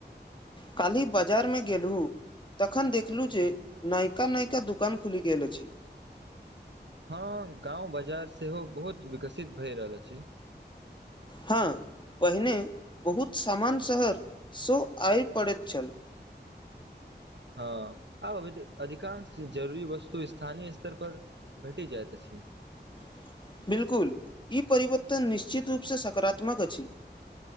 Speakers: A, on the left; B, on the right.
A: काल्हि बाजार में गेलहुँ तखन देखलहुँ जे नयका नयका दोकान खुलि गेल अछि
B: हँ गाँव बाजार सेहो बहुत विकसित भए रहल अछि
A: हँ पहिने बहुत सामान्य शहरसँ आब पड़ैत छल
B: हँ आब अभ अधिकांश जरूरी वस्तु स्थानीय स्तर पर भेटि जाइत अछि
A: <inaudible> बिल्कुल इ परिवर्तन निश्चित रूपसँ सकारात्मक अछि